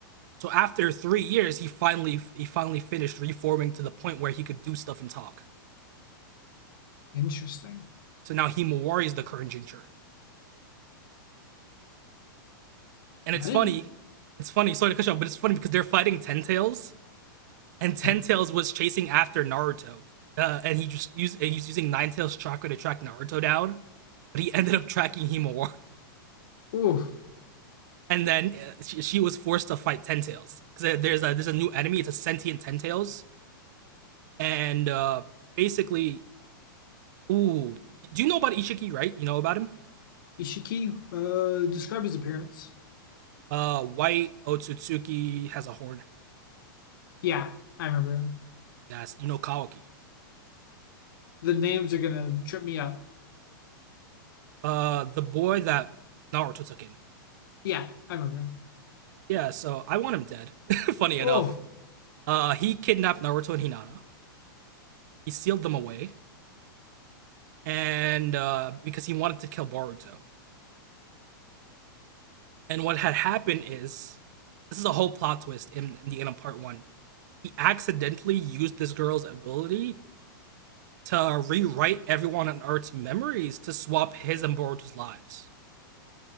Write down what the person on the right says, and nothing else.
So after three years, he finally he finally finished reforming to the point where he could do stuff and talk.
So now Himawari is the current Jinchuriki. And
it's
funny, it's funny. Sorry to cut you off, but it's funny because they're fighting Ten Tails, and Ten
Tails was chasing after Naruto, uh, and he just used he's using Nine Tails chakra to track Naruto down, but he ended up tracking Himawari.
and then uh, she, she was forced to fight Ten Tails because there's a there's a new enemy. It's a sentient Ten Tails, and uh, basically, ooh, do you know about Ishiki? Right, you know about him.
Uh, White Otsutsuki has a horn.
Yes, you know Kawaki.
Uh, the boy that Naruto took in.
Yeah, so I want him dead. <laughs> Funny
enough, uh, he kidnapped Naruto and Hinata. He sealed them away, and uh, because he wanted to kill Boruto. And what had happened is, this is a whole plot twist in, in the end of part one he accidentally used this girl's ability to rewrite everyone on Earth's memories to swap his and Boruto's lives.